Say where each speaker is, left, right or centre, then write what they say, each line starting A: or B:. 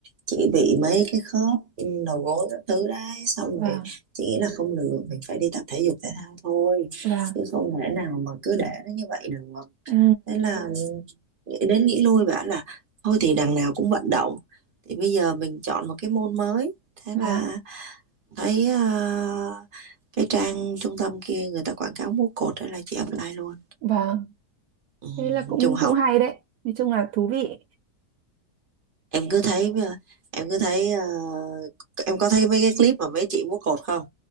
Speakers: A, on the right; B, on the right.
A: chị bị mấy cái khớp ừ, đầu gối các thứ đấy xong
B: vâng
A: rồi chị nghĩ là không được mình phải đi tập thể dục thể thao thôi
B: vâng
A: chứ không thể nào mà cứ để nó như vậy được
B: ừ,
A: thế là nghĩ đến nghĩ lui bảo là thôi thì đằng nào cũng vận động thì bây giờ mình chọn một cái môn mới thế
B: vâng
A: là thấy ờ, cái trang trung tâm kia người ta quảng cáo múa cột đó là chị apply luôn
B: vâng
A: ừ,
B: thế là
A: nói
B: cũng
A: chung học
B: cũng hay đấy nói chung là thú vị
A: em cứ thấy ờ, em cứ thấy ờ, em có thấy mấy cái clip mà mấy chị múa cột không